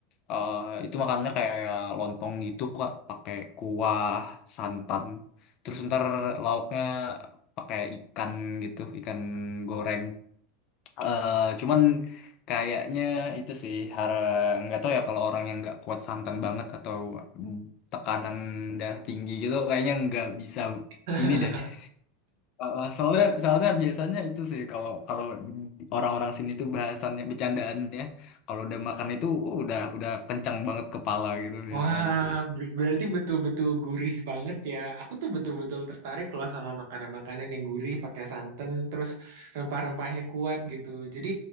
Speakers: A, on the left (about 50°); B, on the right (about 70°).
A: Eh, itu makannya kayak lontong gitu Kak, pakai kuah, santan. Terus ntar lauknya pakai ikan gitu, ikan goreng eh cuman kayaknya itu sih har- nggak tahu ya kalau orang yang nggak kuat santan banget atau tekanan darah tinggi gitu kayaknya nggak bisa
B: <laughs>
A: ini deh. Eh, soalnya soalnya biasanya itu sih kalau kalau orang-orang sini tuh bahasannya bercandaannya kalau udah makan itu uh, udah udah kencang banget kepala gitu biasanya
B: Wah,
A: sih. <laughs>
B: ber- berarti betul-betul gurih banget ya. Aku tuh betul-betul tertarik loh sama makanan-makanan yang gurih, pakai santan, terus rempah-rempahnya kuat gitu. Jadi